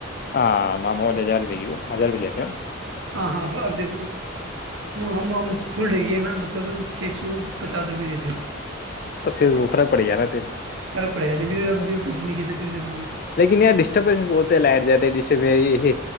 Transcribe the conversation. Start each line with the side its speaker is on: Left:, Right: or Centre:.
Left: ہاں ممج ہزار بھی گ ہو ہزار بھی لےتے
Right: ہاں ہاں اب دب ہم پل ڈے گ ہے نا مطلب چھ سو پچاس روپئے دیتے
Left: تو پھر اوپرا پڑ جان نا پھر
Right: پرق پڑےے کچ نہیں کہ ستے اسے کب بھی
Left: لیکن یہاں ڈسٹربینس بہت ہے لائٹ جاتا ہے ڈسٹربس ای ای